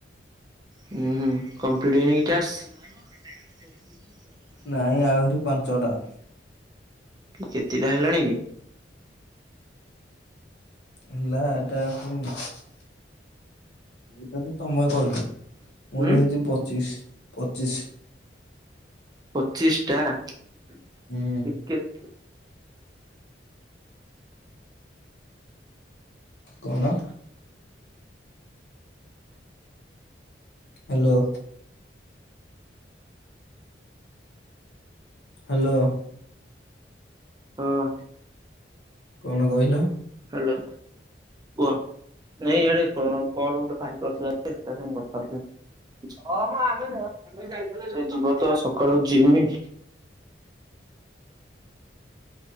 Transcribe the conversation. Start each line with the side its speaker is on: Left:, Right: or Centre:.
Right: ହୁଁ ହୁଁ କମ୍ପ୍ଲିଟ୍ ହେଇ ନିଜ କି ଟାସ୍କ? <inaudible>
Left: ନାଇଁ ଆହୁରି ପାଞ୍ଚଟା।
Right: କି କେତେଟା ହେଲାଣି କି?
Left: ହେଲା ଏଇଟା ଆକୁ ଏଇଟା ତ ତମେ କରୁଛ। ମୋର
Right: ଉଁ
Left: ହେଇଛି ପଚିଶ ପଚିଶ।
Right: ପଚିଶ ଟା ଟିକେ‌
Left: ହୁଁ କଣ? ହାଲୋ। ହାଲୋ।
Right: ହଁ।
Left: କଣ କହିଲ?
Right: ହାଲୋ। ନାଇଁ ଇଆଡେ କଲ ଗୋଟେ ଭାଇ ତା ସହ କଥା ହଉଥିଲି। ସେ ଯିବ ତ ସକାଳୁ ଯିମ୍।